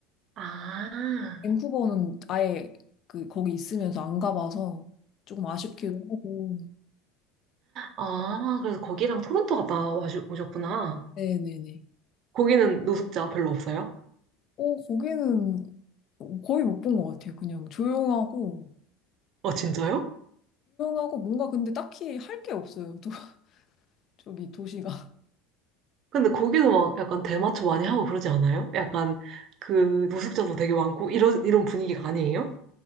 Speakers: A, on the right; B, on the left.
A: 아,
B: 밴쿠버는 아예 그, 거기 있으면서 안 가봐서 조금 아쉽기도 하고.
A: 아, 그래서 거기랑 토론토 갔다 와주, 오셨구나.
B: 네네네.
A: 거기는 노숙자 별로 없어요?
B: 어, 거기는 거의 못 본 것 같아요. 그냥 조용하고,
A: 아, 진짜요?
B: 조용하고 뭔가 근데 딱히 할 게 없어요. 또, <laughs> 저기 도시가.
A: 근데 거기서 막 약간 대마초 많이 하고 그러지 않아요? 약간 그 노숙자도 되게 많고 이런, 이런 분위기가 아니에요?